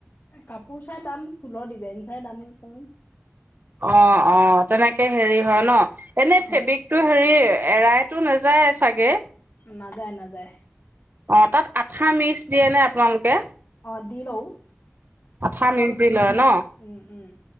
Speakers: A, on the left (about 50°); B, on the right (about 50°).
A: কাপোৰ চাই দাম ফুলৰ ডিজাইন চাই দাম কও।
B: অ অ তেনেকে হেৰি হয় ন। এনে
A: হয়
B: ফেব্ৰিকতটো হেৰি। এৰাইতো না। যাই চাগে।
A: নাযায় নাযায়
B: অ তাত আঠা মিক্স দিয়ে নে আপোনালোকে?
A: অ দি লও।
B: আঠ
A: আঠাটো
B: মিক্স দি
A: লও
B: লয় ন
A: উম উম